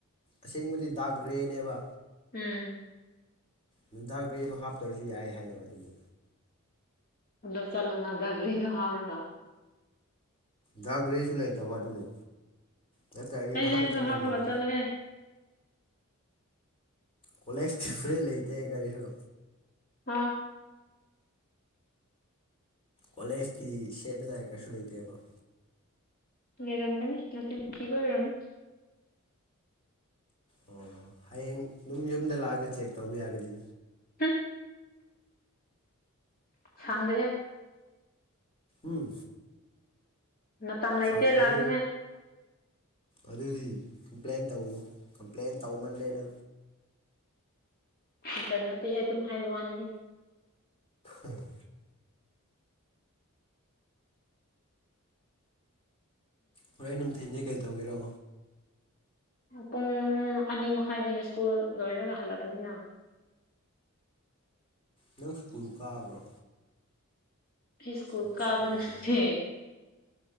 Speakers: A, on the left; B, on the left.
A: ꯑꯁꯦꯡꯕꯗꯤ ꯗꯥꯛ ꯒ꯭ꯔꯦꯅꯦꯕ
B: ꯎꯝ
A: ꯅꯨꯡꯗꯥ ꯒꯔꯤꯗꯣ ꯍꯥꯞꯇ꯭ꯔꯁꯨ ꯌꯥꯏ ꯍꯥꯏꯌꯦꯕ ꯑꯗꯨꯒꯤ
B: ꯑꯗꯨꯗꯣ ꯆꯂꯣꯅꯗꯔꯂꯤ ꯑꯗꯨꯣ ꯍꯥꯒ
A: ꯗꯗꯥ ꯭ꯔꯦꯁꯨ ꯂꯩꯇꯕ ꯑꯗꯨꯗꯤ ꯅꯠꯇꯔꯅꯤ
B: ꯑꯩ
A: ꯅꯍꯥꯟ
B: ꯂꯩꯕꯗꯣ
A: ꯆꯠꯂꯝꯃꯅꯤ
B: ꯍꯥꯞꯄꯒ ꯆꯠꯂꯣꯍꯦ
A: ꯀꯣꯂꯦꯖꯀꯤ ꯐꯨꯔꯤꯠ ꯂꯩꯇꯦ ꯀꯔꯤꯁꯨ
B: ꯑꯥ
A: ꯀꯣꯂꯦꯖꯀꯤ ꯁꯦꯠꯅꯉꯥꯏ ꯀꯔꯤꯁꯨ ꯂꯩꯇꯦꯕ
B: ꯂꯔꯝꯝꯕꯅꯤ ꯅ ꯊꯈꯤꯕ ꯑꯣꯏꯔꯝ
A: ꯑꯣ ꯍꯌꯦꯡ ꯌꯨꯝ ꯌꯨꯝꯗ ꯂꯥꯛꯑꯒ ꯆꯦꯛ ꯇꯧꯕ ꯌꯥꯒꯅꯤ
B: ꯝ ꯁꯪꯗꯦ
A: ꯎꯝ
B: ꯃꯇꯝ ꯂꯩꯇꯦ
A: ꯈꯪꯗ
B: ꯂꯥꯛꯅꯤꯡꯉꯥꯏ
A: ꯑꯗꯨꯗꯤ ꯀꯝꯄ꯭ꯂꯦꯟ ꯇꯧꯒꯅꯨ ꯀꯝꯄ꯭ꯂꯦꯟ ꯇꯧꯃꯜꯂꯦꯅ
B: ꯑꯗꯨꯇ ꯅꯠꯇꯦꯍꯦ ꯑꯗꯨꯝ ꯍꯥꯏꯕ ꯋꯥꯅꯤꯍꯦ
A: ꯎꯝ ꯍꯣꯔ ꯑꯩ ꯅꯨꯡꯊꯤꯟꯗꯤ ꯀꯩ ꯇꯧꯒꯦꯔꯣ
B: ꯄꯨꯡ ꯑꯅꯤ ꯃꯈꯥꯏꯗꯒꯤ ꯁ꯭ꯀꯨꯜ ꯂꯣꯏꯔꯒ ꯍꯜꯂꯛꯄꯅꯤꯅ
A: ꯅꯪ ꯁ꯭ꯀꯨꯜ ꯀꯥꯕ꯭ꯔꯣ
B: ꯏꯁ꯭ꯀꯨꯜ
A: ꯑꯠꯆꯥ
B: ꯀꯥꯕꯟ ꯁꯛꯦ